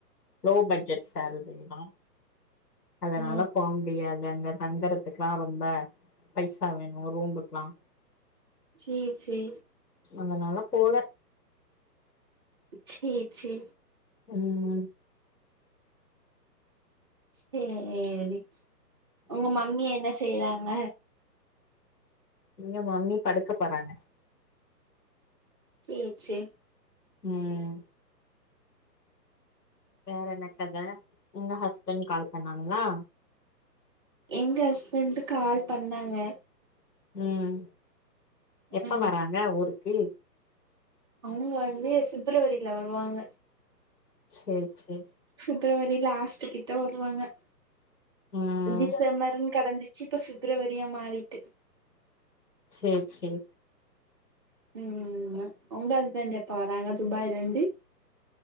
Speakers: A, on the left; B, on the right.
A: லோ பட்ஜெட் சேல்ரி தா அதனால
B: ஆ
A: போ முடியாது அங்க தங்குறதுக்கெலா ரொம்ப பைசா வேணு ரூம்புக்கலா
B: செர் செரி
A: அதனாலா போல
B: செர் செ
A: ம்
B: செரி உங்க மம்மி என்ன செய்றாங்க
A: எங்க மம்மி படுக்க போறாங்க
B: செர் செ
A: ம் வேற என்ன கத உங்க ஹஸ்பண்ட் கால் பண்ணாங்களா
B: எங்க ஹஸ்பண்ட் கால் பண்ணாங்க
A: ம், எப்ப
B: ஆ
A: வராங்க ஊருக்கு?
B: அவங்க வந்து பிப்ரவரில வருவாங்க
A: சேரி சேரி
B: பிப்ரவரி லாஸ்ட் கிட்ட வருவாங்க
A: ம்
B: டிசம்பர்னு கடந்துச்சு இப்ப பிப்ரவரியா மாறிட்டு
A: சேரி சேரி
B: ம் உங்க ஹஸ்பண்ட் எப்ப வராங்க துபாய்ல இருந்து